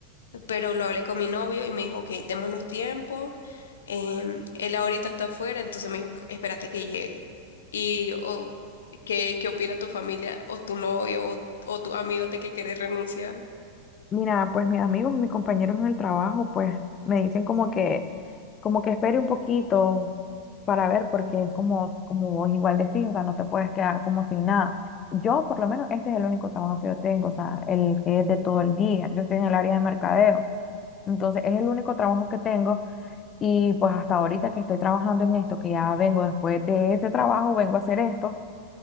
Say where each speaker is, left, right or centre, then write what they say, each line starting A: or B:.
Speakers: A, on the left; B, on the left.
A: pero lo hablé con mi novio y me dijo, ok, démonos tiempo, em, él ahorita está afuera, entonces me dijo, espérate que llegue. Y o, ¿qué, qué opina tu familia o tu novio o, o tu amigo de que querés renunciar?
B: Mira, pues mis amigos, mis compañeros en el trabajo, pues me dicen como que, como que espere un poquito para ver, porque es como, como vos igual decís, o sea, no te puedes quedar como sin nada. Yo, por lo menos, este es el único trabajo que yo tengo, o sea, el que es de todo el día. Yo estoy en el área de mercadeo, entonces es el único trabajo que tengo Y pues hasta ahorita que estoy trabajando en esto, que ya vengo después de ese trabajo, vengo a hacer esto.